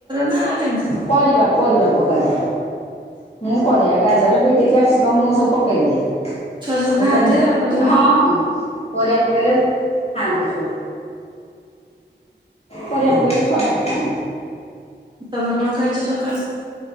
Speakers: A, on the right (about 25°); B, on the left (about 35°).
A: ନା କେମିତି?
B: ପରିବା ପରିବା ପକାଏ। ମୁଁ ପରିଆ ଗାଜର ବିଟି କ୍ୟାପସିକମ ମୁଁ ସବୁ ପକେଇଦିଏ।
A: ଛୁଆ ସବୁ ଖାଆନ୍ତି
B: ବୋଟ ମୁହଁ
A: ଏରା ପରିବା
B: ହଁ ହଁ ପରିବା ପକେଇଲେ ଖାଆନ୍ତି ଛୁଆ। ପରିଆ ପକେଇଲେ ଛୁଆମାନେ ଖାଆନ୍ତି।
A: ତମେ କଣ ଖାଇଛ ସକାଳେ?